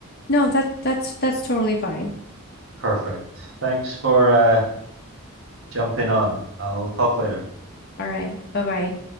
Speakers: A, on the left; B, on the right.
A: No, that's that's that's totally fine.
B: Perfect. Thanks for uh, jumping on. I'll talk later.
A: All right. Bye-bye.